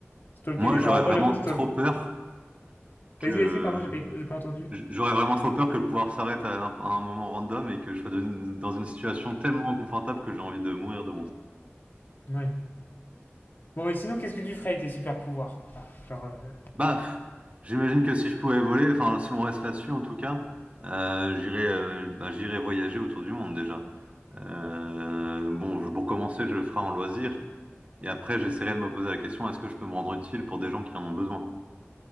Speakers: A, on the left; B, on the right.
A: Stalker
B: Moi,
A: des gens.
B: j'aurais
A: Alors moi,
B: vraiment
A: j'avoue, je stalk-
B: trop peur
A: Vas-y,
B: que
A: vas-y, pardon, j'ai pas, écou- j'ai pas entendu.
B: j'aurais vraiment trop peur que le pouvoir s'arrête à, n'imp- à un moment random et que je sois dans une dans une situation tellement inconfortable que j'ai envie de mourir de honte.
A: Ouais. Bon, et sinon, qu'est-ce que tu ferais avec tes super pouvoirs? Voilà, genre, euh,
B: Baf! J'imagine que si je pouvais voler, enfin si on reste là-dessus en tout cas, euh, j'irais euh, bah, j'irais voyager autour du monde déjà. Euh, bon, je- pour commencer, je le ferai en loisir et après j'essaierai de me poser la question, est-ce que je peux me rendre utile pour des gens qui en ont besoin?